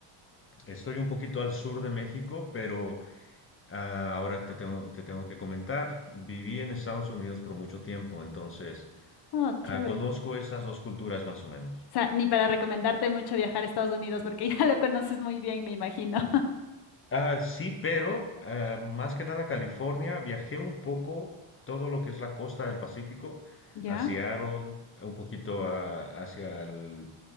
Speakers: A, on the left; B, on the left.
A: estoy un poquito al sur de México, pero... Ah, ahora te tengo, te tengo que comentar, viví en Estados Unidos por mucho tiempo, entonces
B: Oh,
A: ah,
B: chévere.
A: conozco estas dos culturas más o menos.
B: O sea, ni para recomendarte mucho viajar a Estados Unidos porque <laughs> ya lo conoces muy bien, me imagino. <laughs>
A: Ah, sí, pero ah, más que nada California, viajé un poco todo lo que es la costa del Pacífico,
B: ¿Ya?
A: a Seattle, un poquito a- hacia el,